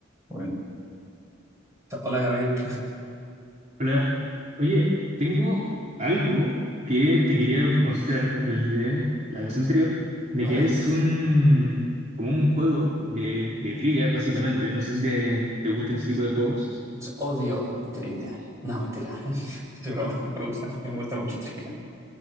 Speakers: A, on the right; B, on the right.
A: Bueno, Hola, Gabriel.
B: Hola, oye, tengo algo que te quería mostrar desde la vez anterior, de
A: vale.
B: que es un como un juego de, de trivia, básicamente. No sé si te, te gustan ese tipo de juegos.
A: Pues odio trivia. No, mentira. <laughs> Es broma. Me gusta, me gusta mucho trivia.